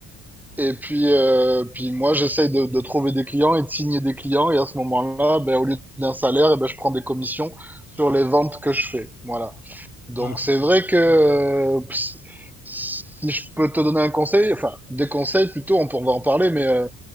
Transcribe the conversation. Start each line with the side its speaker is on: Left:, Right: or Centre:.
Centre: Et puis, euh, puis moi, j'essaye de, de trouver des clients et de signer des clients. Et à ce moment-là, ben, au lieu d'un salaire, eh ben, je prends des commissions sur les ventes que je fais. Voilà. Donc,
Left: Ah, c'est
Centre: c'est
Left: bien.
Centre: vrai que euh,
Left: Ok.
Centre: si si je peux te donner un conseil, enfin, des conseils plutôt, on, peut- on va en parler, mais euh,